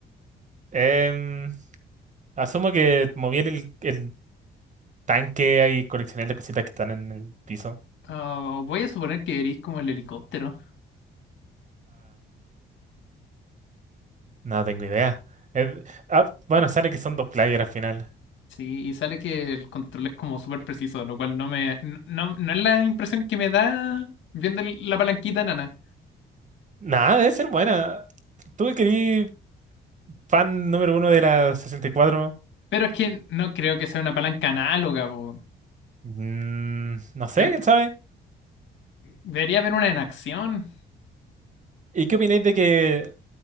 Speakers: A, on the right (about 40°); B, on the left (about 70°).
A: Em, asumo que moví el, el tanque y coleccioné las cositas que están en el piso.
B: Ah, voy a suponer que eres como el helicóptero.
A: No tengo idea. Eh, ah, bueno, sale que son dos players al final.
B: Sí, y sale que el control es como súper preciso, lo cual no me. No, no, no es la impresión que me da viendo el- la palanquita nana.
A: Nada, debe ser buena. ¿Tú que querí fan número uno de la 64?
B: Pero es que no creo que sea una palanca análoga, po.
A: Mm, no sé,
B: Yo-
A: quién sabe.
B: debería haber una en acción.
A: ¿Y qué opináis de que